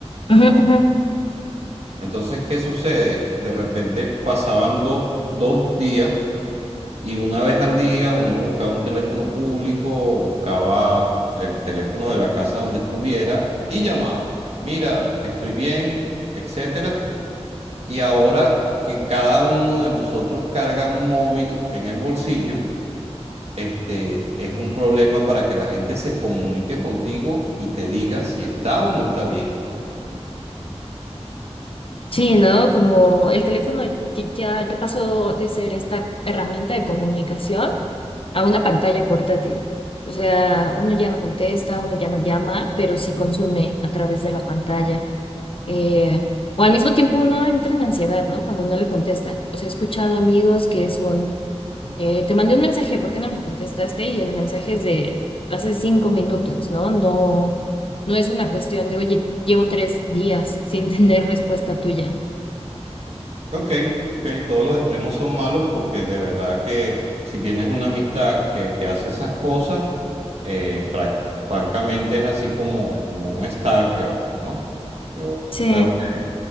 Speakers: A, on the left; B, on the right.
A: Ujú, ujú.
B: Entonces, ¿qué sucede? De repente pasaban dos, dos días Y una vez al día uno buscaba un teléfono público, buscaba el teléfono de la casa donde estuviera y llamaba. Mira, estoy bien, etcétera. Y ahora que cada uno de nosotros carga un móvil en el bolsillo, este, es un problema para que la gente se comunique contigo y te diga si está o no está bien.
A: Sí, ¿no? Como el teléfono que ya, ya pasó de ser esta herramienta de comunicación a una pantalla portátil. O sea, uno ya no contesta, uno ya no llama, pero sí consume a través de la pantalla. Eh, o al mismo tiempo uno entra en ansiedad, ¿no? Cuando no le contesta. O sea, he escuchado amigos que es un, eh, te mandé un mensaje, ¿por qué no me contestaste? Y el mensaje es de hace cinco minutos, ¿no? No, no es una cuestión de, oye, llevo tres días sin <laughs> tener respuesta tuya.
B: Ok, ok, todos los extremos son malos porque de verdad que si tienes una amistad que te hace esas cosas, eh, frac- francamente es así como, como un stalker, ¿no? Yo
A: Sí.
B: creo que